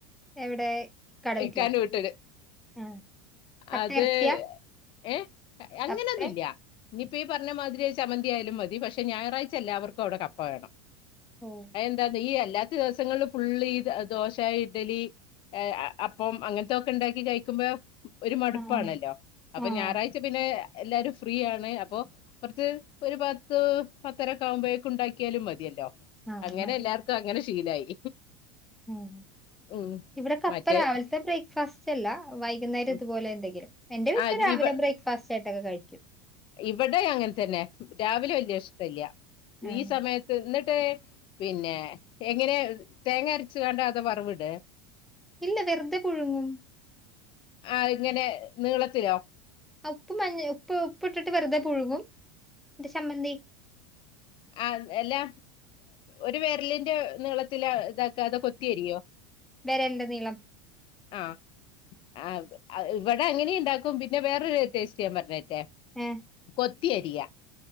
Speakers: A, in the centre; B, on the left.
A: എവിടെ ഇക്കാടെ വീട്ടിലാ
B: ഇക്കാന്റെ വീട്ടില്
A: ആഹ് കപ്പ
B: അത്
A: ഇറച്ചിയാ
B: ഏഹ് അങ്ങനെ
A: കപ്പേം
B: ഒന്നും ഇല്ല്യ ഇനിയിപ്പോ ഈ പറഞ്ഞ മാതിരി ചമന്തിയാലും മതി പക്ഷെ ഞായറാഴ്ച എല്ലാവർക്കും അവിടെ കപ്പ വേണം
A: ഉം
B: എന്താത് ഈ അല്ലാത്ത ദിവസങ്ങളിൽ ഫുള് ഈ ദോശ ഇഡലി ഏഹ് അപ്പം അങ്ങനത്തൊക്കെ ഉണ്ടാക്കി കഴിക്കുമ്പോ ഒരു മടുപ്പാണല്ലോ
A: ആഹ്
B: അപ്പൊ
A: ആഹ്
B: ഞായറാഴ്ച പിന്നെ എല്ലാരും ഫ്രീ ആണ് അപ്പൊ കുറച്ച് ഒരു പത്ത് പത്തരക്കെ ആകുമ്പോഴേക്ക് ഉണ്ടാക്കിയാലും മതിയല്ലോ
A: ആഹ്
B: അങ്ങനെ
A: മതി
B: എല്ലാർക്കും അങ്ങനെ ശീലായി
A: ഉം
B: ഉം
A: ഇവിടെ കപ്പ
B: മറ്റേ
A: രാവിലത്തെ ബ്രേക്ക്ഫാസ്റ്റ് അല്ല വൈകുന്നേരം
B: ഉം.
A: ഇതുപോലെ എന്തെങ്കിലും എന്റെ വീട്ടില്
B: ആ
A: രാവിലെ
B: ഈ പ-
A: ബ്രേക്ക്ഫാസ്റ്റ് ആയിട്ടൊക്കെ കഴിക്കും
B: ഇവിടെ അങ്ങനെ തന്നെ രാവിലെ വല്യഷ്ട്ടല്ല
A: ഉം.
B: ഈ സമയത്ത് എന്നിട്ട് പിന്നെ എങ്ങനെ തേങ്ങ അരച്ചുകണ്ട അതൊ വറവിടെ
A: ഇല്ല വെറുതെ പുഴുങ്ങും
B: ആഹ് ഇങ്ങനെ നീളത്തിലോ
A: ഉപ്പ് മഞ്ഞ ഉപ്പ് ഉപ്പ് ഇട്ടിട്ട് വെറുതെ പുഴുങ്ങും ന്നിട്ട് ചമ്മന്തി
B: ആഹ് അല്ലാ ഒരു വിരലിന്റെ നീളത്തില് ഇതാക്ക അതൊ കൊത്തിയരിയോ
A: വെരൽന്റെ നീളം
B: ആഹ് ആ ഇവിടെ അങ്ങനെ ഉണ്ടാക്കും പിന്നെ വേറൊരു ടേസ്റ്റ് ഞാൻ പറഞ്ഞേരട്ടെ
A: ഏഹ്
B: കൊത്തിയരിയ